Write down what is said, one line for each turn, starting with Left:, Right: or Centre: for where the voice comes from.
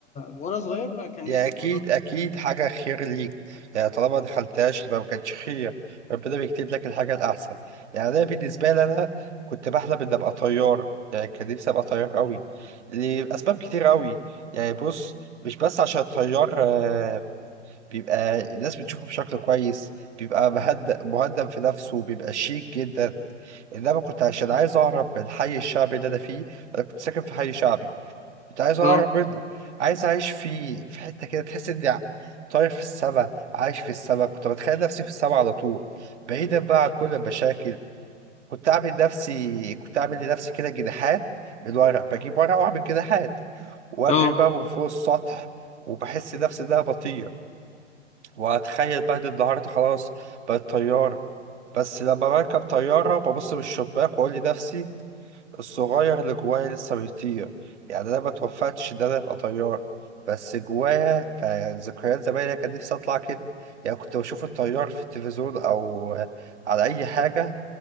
Left: وأنا صغير لا كان
Right: يعني
Left: نفسي
Right: أكيد
Left: أكون ظابط
Right: أكيد حاجة خير ليك يعني طالما ما دخلتهاش يبقى ما كانش خير ربنا بيكتب لك الحاجة الأحسن يعني أنا بالنسبة لي أنا كنت بحلم إني أبقى طيار يعني كان نفسي أبقى طيار أوي لأسباب كتير أوي يعني بص مش بس عشان الطيار آه، بيبقى الناس بتشوفه بشكل كويس بيبقى مهدأ مهدأ في نفسه بيبقى شيك جدا إنما كنت عشان عايز أهرب من الحي الشعبي اللي أنا فيه أنا كنت ساكن في حي شعبي كنت عايز اهرب
Left: أه
Right: منه عايز اعيش في في حته كده تحس اني ع- طاير في السما عايش في السما كنت بتخيل نفسي في السما على طول بعيدا بقى عن كل المشاكل كنت اعمل نفسي كنت اعمل لنفسي كده جناحات من ورق بجيب ورق واعمل جناحات واجري
Left: أه
Right: بقى من فوق السطح وبحس نفسي ان انا بطير واتخيل بقى ان النهارده خلاص بقيت طيار بس لما بركب طياره ببص من الشباك واقول لنفسي الصغير اللي جوايا لسه بيطير يعني انا ما توفتش ان انا ابقى طيار بس جوايا كان ذكريات زمان أنا كان نفسي اطلع كده يعني كنت بشوف الطيار في التلفزيون او على اي حاجه